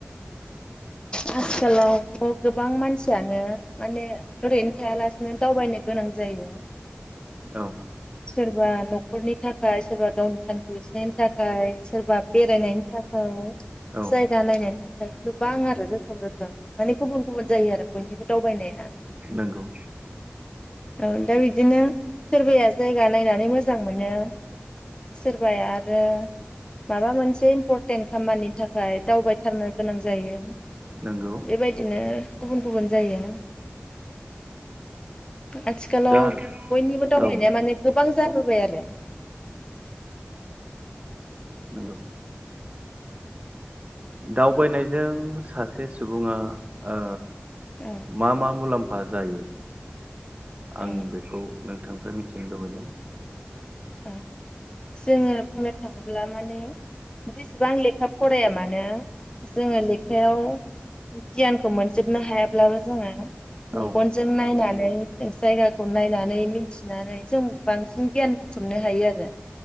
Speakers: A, on the left; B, on the right.
A: आथिखालावथ' गोबां मानसि फोरानो माने ओरैनो थायालासिनो दावबायनो गोनां जायो।
B: औ
A: सोरबा न'खरनि थाखाय सोरबा गावनि थांखि होसोनायनि थाखाय सोरबा बेरायनायनि थाखाय
B: औ
A: जायगा नायनायनि थाखाय गोबां आरो। मानि गुबुन गुबुन जायो आरो बयनिबो दावबायनाया।
B: नंगौ
A: औ। दा बिदिनो सोरबाया जायगा नायनानै मोजां मोनो सोरबाया आरो माबा मोनसे इम्परटेन्ट खामानिनि थाखाय दावबायथारनो गोनां जायो।
B: नंगौ
A: बेबायदिनो गुबुन गुबुन जायो। आथिखालाव
B: दा
A: बयनिबो दावबायनाया
B: औ
A: माने गोबां जाबोबाय आरो।
B: नंगौ। दाव बायनायजों सासे सुबुङा ओ
A: औ
B: मा मा मुलाम्फा फा जायो?
A: औ
B: आं बेखौ नोंथांनिफ्राय मिथिनो लुबैदों
A: औ। जोङो बुंनो थाङोब्ला माने <inaudible> बिसेबां लेखा फराया मानो जोङो लेखायाव गियानखौ मोनजोबनो हायाब्लाबो जोङो
B: औ
A: मेगनजों नायनानै जायगाखौ नायनानै मिथिनानै जों बांसिन गियान थुमनो हायो आरो